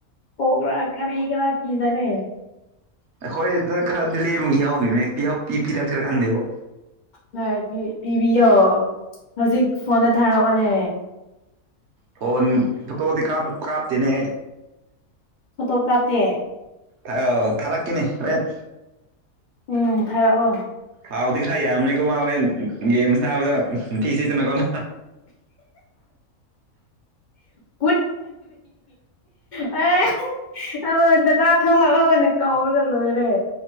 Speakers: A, on the left (about 55°); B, on the right (about 60°).
A: ꯄꯣꯛꯂ ꯀꯔꯤ ꯈꯔ ꯄꯤꯖꯔꯦ
B: ꯑꯩꯈꯣꯏꯗ ꯈꯔꯗꯤ ꯂꯦꯝꯃꯒꯤ ꯌꯥꯎꯈꯤꯕꯅꯦꯛꯇꯤ ꯍ ꯄꯤ ꯄꯤ ꯔꯛꯁꯤꯔꯥ ꯈꯪꯗꯦꯕꯣ
A: ꯍꯣꯏ ꯄꯤꯕꯤꯌꯣ ꯍꯧꯖꯤꯛ ꯐꯣꯟꯗ ꯊꯥꯔꯛꯑꯣꯅꯦ
B: ꯐꯣꯟ ꯐꯣꯇꯣꯗꯤ ꯀꯥꯞ ꯀꯥꯞꯇꯦꯅꯦ
A: ꯐꯣꯇꯣ ꯀꯥꯄꯇꯦ
B: ꯊ ꯊꯔꯥꯛ ꯀꯦꯅꯦ ꯍꯣꯔꯦꯟ
A: ꯎꯝ ꯊꯥꯔꯛꯑꯣ
B: ꯊꯥꯎꯗꯤ ꯈꯔ ꯌꯥꯝꯕꯅꯤꯀꯣ ꯃꯥ ꯍꯣꯔꯦꯟ ꯒꯦꯝ ꯁꯅꯥꯕꯗ ꯊꯤꯆꯤꯠꯇꯅꯀꯣꯅ
A: ꯄꯨ ꯑꯦ ꯑꯩ ꯗꯗꯥ ꯊꯣꯛꯂꯛꯑꯣ ꯑꯣꯏꯅ ꯀꯧꯔꯒ ꯂꯣꯏꯔꯦ